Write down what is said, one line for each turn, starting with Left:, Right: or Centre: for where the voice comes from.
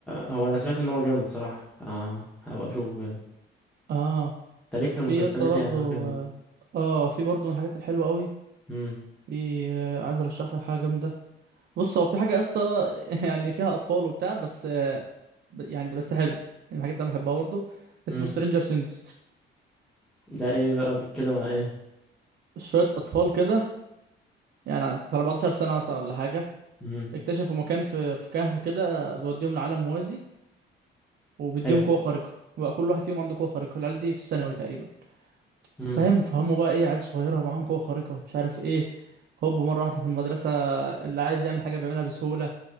Centre: هو انا سمعت ان هو جامد صراحه فهبقى اشوفه كده
Right: آه
Centre: انت ليك في
Right: في
Centre: المسلسلات
Right: يا اسطى برضه
Centre: يعني وكده
Right: اه آه، في برضه من الحاجات الحلوه قوي
Centre: امم
Right: في آه، عايز ارشح لك حاجه جامده بص هو في حاجه يا اسطى <laughs> يعني فيها اطفال وبتاع بس آه، ب- يعني بس حلو يعني من الحاجات اللي انا بحبها برضه اسمه
Centre: امم
Right: سترينجر سينجز
Centre: ده ايه بقى بيتكلم على ايه
Right: شويه اطفال كده يعني عند 14 سنه مثلا ولا حاجه
Centre: امم
Right: اكتشفوا مكان في في كهف كده بيوديهم لعالم موازي وبيديهم
Centre: حلو
Right: قوه خارقه بقى كل واحد فيهم عنده قوه خارقه العيال دي في الثانوي تقريبا
Centre: امم
Right: فاهم فهموا بقى ايه عيال صغيره معاهم قوه خارقه مش عارف ايه هوب مره واحده في المدرسه اللي عايز يعمل حاجه بيعملها بسهوله